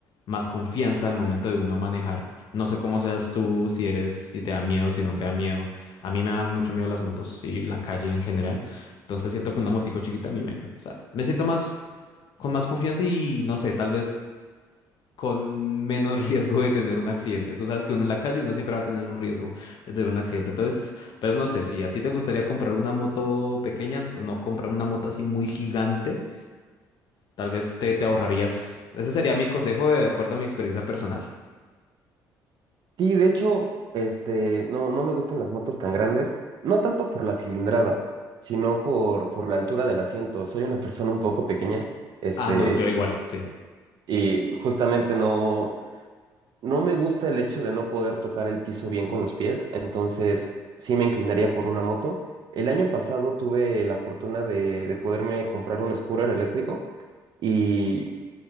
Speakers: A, on the left; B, on the right.
A: más confianza al momento de uno manejar. No sé cómo seas tú, si eres, si te da miedo, si no te da miedo. A mí me dan mucho miedo las motos y la calle en general. Entonces siento que una motico chiquita a mí me, o sea, me siento más con más confianza y no sé, tal vez con menos <laughs> riesgo de tener un accidente. Tú sabes que uno en la calle uno siempre va a tener un riesgo de tener un accidente. Entonces, pues no sé, si a ti te gustaría comprar una moto pequeña, no comprar una moto así muy gigante, tal vez te, te ahorrarías. Ese sería mi consejo de acuerdo a mi experiencia personal.
B: Sí, de hecho, este, no, no me gustan las motos tan grandes, no tanto por la cilindrada, sino por, por la altura del asiento. Soy una persona un poco pequeña. Este,
A: Ah, no, yo igual, sí,
B: Y justamente no, no me gusta el hecho de no poder tocar el piso bien con los pies, entonces sí me inclinaría por una moto. El año pasado tuve la fortuna de, de poderme comprar un scooter eléctrico y,